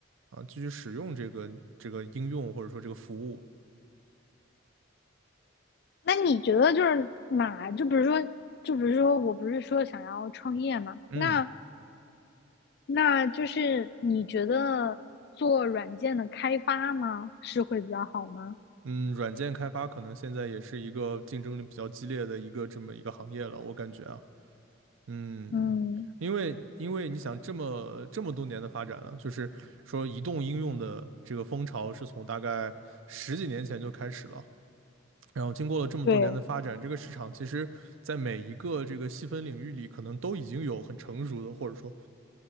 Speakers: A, on the right; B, on the left.
A: 啊，继续使用这个这个应用或者说这个服务。
B: 那你觉得就是哪？就比如说，就比如说，我不是说想要创业嘛？
A: 嗯
B: 那那就是你觉得做软件的开发吗？是会比较好吗？
A: 嗯，软件开发可能现在也是一个竞争力比较激烈的一个这么一个行业了，我感觉啊。嗯，
B: 嗯，
A: 因为因为你想这么这么多年的发展了，就是说移动应用的这个风潮是从大概十几年前就开始了，然后经过了这么多年的发展，
B: 对。
A: 这个市场其实在每一个这个细分领域里，可能都已经有很成熟的，或者说